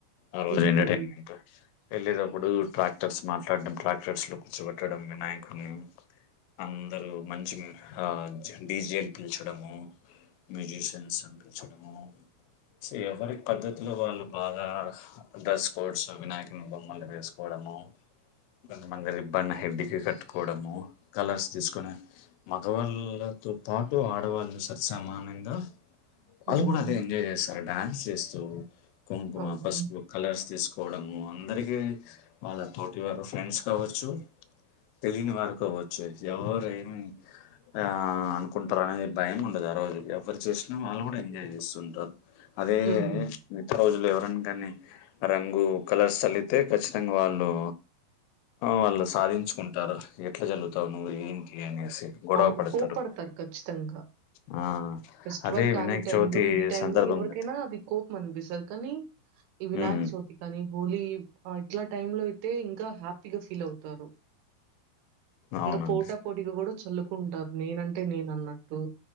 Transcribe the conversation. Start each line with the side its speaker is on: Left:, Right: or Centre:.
Left: ఆ రోజు
Right: హుహు.
Left: ఎంటర్టైన్మెంట్ వెళ్ళేటప్పుడు ట్రాక్టర్స్ మాట్లాడడం ట్రాక్టర్స్ లో కూర్చోబెట్టడం వినాయకున్నీ అందరుూ మంచి ఆ జండేస్జి పిల్చడము మ్యూజిషియన్స్ నీ పిలచడము సీ ఎవరి పద్ధతిలో వాళ్ళు బాగా డ్రెస్ కోడ్స్ వినాయకుని బొమ్మలు వేసుకోవడము కొంతమంది రిబ్బన్ హెడ్డికి కట్టుకోవడము కలర్స్ తీసుకొని మగవాళ్ళతో పాటు ఆడవాళ్ళు సరి సమానంగా వాళ్ళు
Right: హ్మ్.
Left: కూడా అదే ఎంజాయ్ చేస్తారు డాన్స్ చేస్తూ కుంకుమ
Right: అవును.
Left: పసుపు కలర్స్ తీసుకోవడము అందరికిీ వాళ్ళ తోటి వారు ఫ్రెండ్స్ కావచ్చు తెలియని వారు కావచ్చు ఎవరు ఏమి ఆ అనుకుంటున్నా భయం ఉండదు ఆ రోజు ఎవరు చూసినా వాళ్ళు కూడా ఎంజాయ్ చేస్తుంటారు అదే
Right: హుహు.
Left: మిగత రోజులు ఎవరైనా కానీ రంగు కలర్స్ చలి తే ఖచ్చితంగా వాళ్ళు వాళ్ళు సాధించుకుంటారు ఎట్ల జల్లు తావు ఏంటి అనేసి గొడవ
Right: అవును
Left: పడతారు.
Right: కోపడతారు ఖచ్చితంగా
Left: ఆ
Right: ఫెస్టివల్
Left: అదే
Right: కాని
Left: వినాయక
Right: టైం
Left: చవితి
Right: లో ఈ టైం
Left: సందర్భంలో
Right: లో ఎవరికైనా అది కోపమనిపిస్తాది కానీ ఈ వినాయక
Left: ఉమ్
Right: చవితి కానీ హోలీ ఇట్లా టైమ్ లో అయితే ఇంకా హ్యాపీగా ఫీల్ అవుతారు
Left: అవునండి
Right: ఇంకా పోట పోటీగ కూడా చల్లుకుంటారు నేనంటే నేను అన్నట్టు